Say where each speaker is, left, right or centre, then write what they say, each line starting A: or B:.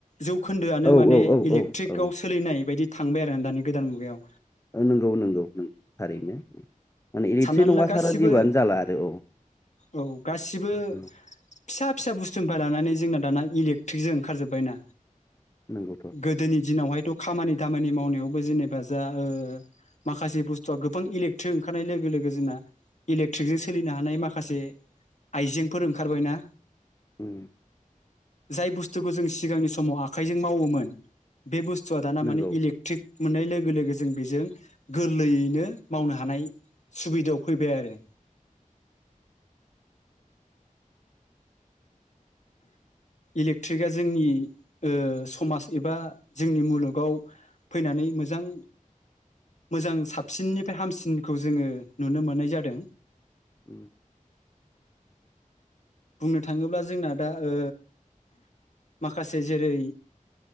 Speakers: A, on the left (about 55°); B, on the left (about 20°).
A: जौखोन्दोआनो
B: औ
A: माने
B: औ औ
A: इलेकट्रिकआव
B: औ औ
A: सोलिनाय बायदि थांबाय आरो दानि गोदान मुगायाव।
B: नंगौ नंगौ नों थारैनो। माने इलेक्ट्रिक
A: साननानै
B: नङा
A: ला गासिबो
B: सारा जिबोआनो जाला आरो औ
A: औ गासिबो
B: उम
A: फिसा, फिसा बुस्थुनिफ्राय लानानै जोंना दाना इलेक्ट्रिकजों ओंखारजोब्बाय ना,
B: नंगौथ'
A: गोदोनि दिनावहायथ' खामानि दामानि मावनायावबो जेनेबा जा ओ माखासे बुस्थुआ गोबां इलेक्ट्रिक ओंखारनाय लोग लोगो लोगो जोंना इलेक्ट्रिकजों सोलिनो हानाय माखासे आइजेंफोर ओंखारबायना?
B: उम
A: जाय बुस्थुखौ जों सिगांनि समाव आखाइजों मावोमोन बे बुस बुस्थुवा दाना
B: नंगौ
A: माने इलेकट्रिक, मोननाय लोगो लोगो जों बेजों गोरलैयैनो मावनो हानाय सुबिदायाव फैबाय आरो। इलेक्ट्रिकआ जोंनि ओ समाज एबा जोंनि मुलुगाव फैनानै मोजां मोजां साबसिननिफ्राय हामसिनखौ जोङो नुनो मोननाय जादों।
B: <unintelligible>
A: बुंनो थाङोब्ला जोंना दा ओ माखासे जेरै